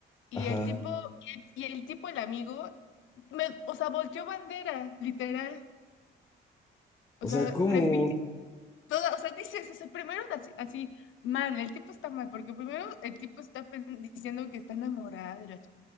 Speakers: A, on the left; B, on the left.
A: Y
B: ajá.
A: el tipo, y el tipo, el amigo, me, o sea, volteó bandera, literal. O
B: O
A: sea,
B: sea, ¿cómo?
A: prefiero, toda, o sea, dices, o sea, primero así, así, mal, el tipo está mal, porque primero el tipo está pen- diciendo que está enamorado, de la